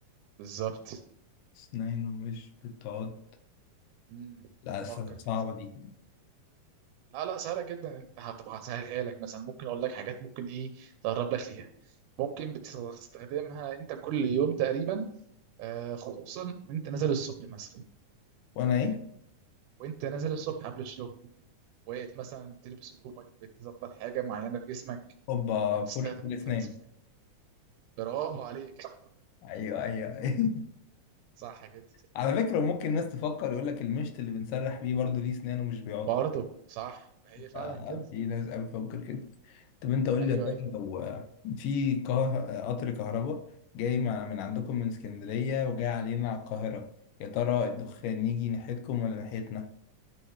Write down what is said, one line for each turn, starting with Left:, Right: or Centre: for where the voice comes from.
Right: بالظبط
Left: اسنان ومش بتعض
Right: مم.
Left: لا الصراحة
Right: فكر
Left: صعبة
Right: كده
Left: دي
Right: لا لا سهلة جدا أنت هتبقى هسهلها لك مثلا ممكن أقول لك حاجات ممكن إيه تقرب لك ليها ممكن بتستخدمها أنت كل يوم تقريبا آه خصوصا وأنت نازل الصبح مثلا
Left: وانا ايه
Right: وأنت نازل الصبح قبل الشغل واقف مثلا بتلبس هدومك بتظبط حاجة معينة في جسمك
Left: هوبا
Right: بتستخدم
Left: فرشة الاسنان
Right: فت- برافو عليك <laughs>
Left: ايوه ايوه ايوه
Right: صح كده
Left: <laughs> على فكرة ممكن الناس تفكر يقول لك المشط اللي بنسرح بيه برضه ليه اسنان ومش بيعض
Right: برضه صح ما هي فعلا
Left: آه،
Right: كده
Left: في ناس قوي بتفكر كده طب انت قول
Right: ايوه
Left: لي يا ترى
Right: ايوه
Left: لو آه، في كه- آه، قطر كهرباء جاي مع- من عندكم من اسكندرية وجاي علينا على القاهرة يا ترى الدخان يجي ناحيتكم ولا ناحيتنا؟